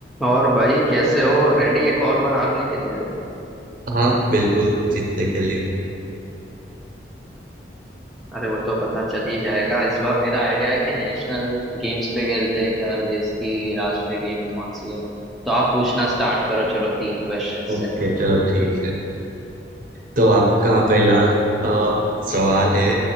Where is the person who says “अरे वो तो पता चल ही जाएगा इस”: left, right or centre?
Centre